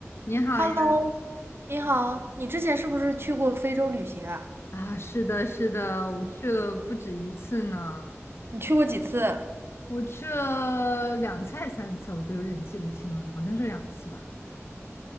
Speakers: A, on the left (about 55°); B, on the right (about 50°).
A: 你好呀，
B: Hello，你好，你之前是不是去过非洲旅行啊？
A: 啊，是的，是的，我去了不止一次呢，
B: 你去过几次？
A: 我去了两次还是三次，我都有点记不清了，好像是两次吧。